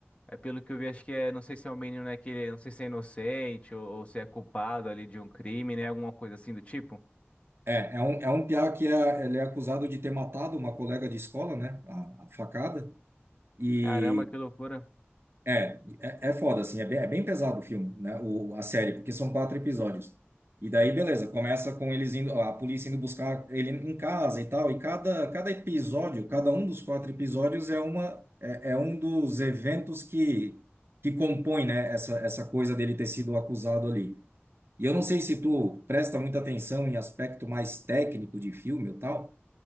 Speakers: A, on the left (about 30°); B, on the right (about 60°).
A: É pelo que eu vi, acho que é, não sei se é um menino, né, que ele- não sei se é inocente ou, ou se é culpado ali de um crime, né, alguma coisa assim do tipo.
B: É, é um, é um piá que é, ele é acusado de ter matado uma colega de escola, né? A, a facada. E,
A: Caramba, que loucura.
B: É, é, é foda, assim, é bem, é bem pesado o filme, né? O, a série, porque são quatro episódios. E daí, beleza, começa com eles indo, a polícia indo buscar ele em casa e tal. E cada, cada episódio, cada um dos quatro episódios é uma, é, é um dos eventos que, que compõe, né, essa, essa coisa dele ter sido acusado ali. E eu não sei se tu presta muita atenção em aspecto mais técnico de filme ou tal,